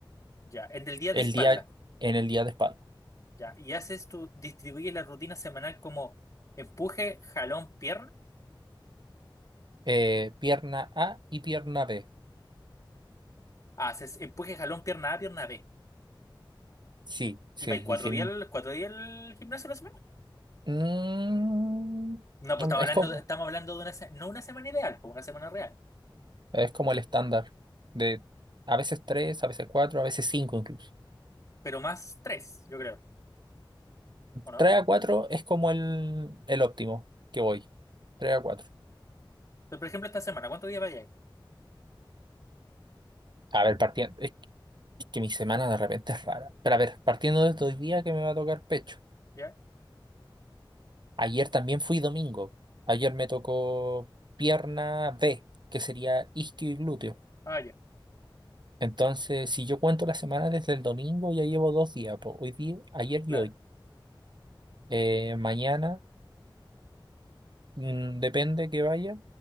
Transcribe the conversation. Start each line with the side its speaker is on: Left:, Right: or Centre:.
Left: Ya, en el del día
Right: el
Left: de espalda.
Right: día, en el día de espalda.
Left: Ya, y haces tu... Distribuyes la rutina semanal como empuje, jalón, pierna.
Right: Eh, pierna A y pierna B.
Left: Ah, Haces empuje, jalón, pierna A, pierna B.
Right: Sí, sí,
Left: Y vais cuatro
Right: sí. sí.
Left: días, al- cuatro días al gimnasio a la semana.
Right: Mm,
Left: No, pues estamos
Right: es
Left: hablando,
Right: como,
Left: de- estamos hablando de una, se- no una semana ideal, pues una semana real,
Right: es como el estándar de a veces tres, a veces cuatro, a veces cinco incluso.
Left: pero más tres, yo creo, ¿o no?
Right: Tres a cuatro es como el, el óptimo que voy. Tres a cuatro.
Left: Pero, por ejemplo, esta semana, ¿cuántos días va a llegar?
Right: A ver, partiendo. Es que, es que mi semana de repente es rara. Pero a ver, partiendo de hoy día que me va a tocar pecho.
Left: ¿Ya?
Right: Ayer también fui domingo. Ayer me tocó pierna B, que sería isquio y glúteo.
Left: Ah, ya,
Right: Entonces, si yo cuento la semana desde el domingo, ya llevo dos días. po. hoy día, ayer
Left: claro,
Right: y hoy. Eh, mañana, mm, depende que vaya,